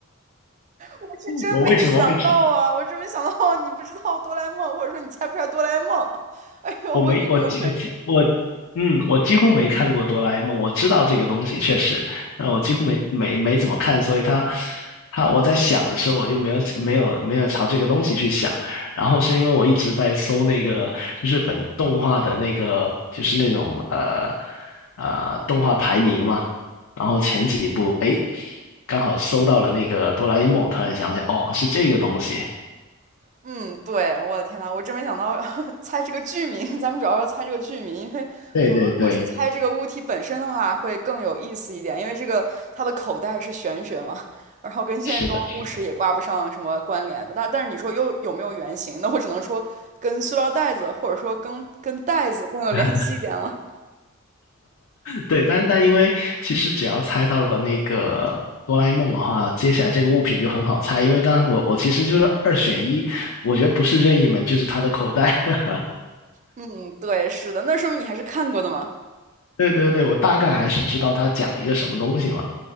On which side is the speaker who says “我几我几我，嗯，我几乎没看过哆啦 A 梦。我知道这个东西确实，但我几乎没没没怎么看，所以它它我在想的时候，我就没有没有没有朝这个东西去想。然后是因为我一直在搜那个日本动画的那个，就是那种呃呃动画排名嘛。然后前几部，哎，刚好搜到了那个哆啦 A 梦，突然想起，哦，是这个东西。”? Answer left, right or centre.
Left